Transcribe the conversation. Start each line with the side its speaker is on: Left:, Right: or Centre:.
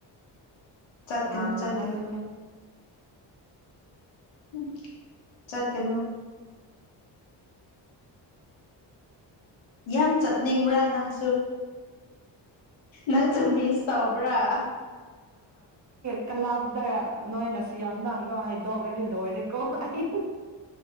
Left: ꯆꯠꯀꯅꯨ
Right: ꯅꯍꯥꯟꯅ
Left: ꯆꯠꯀꯅꯨ
Right: ꯍꯥꯏꯕꯅꯦ꯫
Left: ꯎ ꯆꯠꯀꯅꯨ꯫ ꯌꯥꯝ ꯆꯠꯅꯤꯡꯕ꯭ꯔꯥ ꯅꯪ꯫ ꯅꯪꯁꯨ ꯃꯤꯁ ꯇꯧꯕ꯭ꯔꯥ꯫
Right: ꯀꯂꯥꯞꯗ ꯅꯣꯏꯅ ꯁꯤ ꯌꯥꯝ ꯅꯪꯗꯣ ꯍꯥꯏꯗꯣꯛꯔꯗꯤ ꯂꯣꯏꯔꯦꯀꯣ ꯑꯩ꯫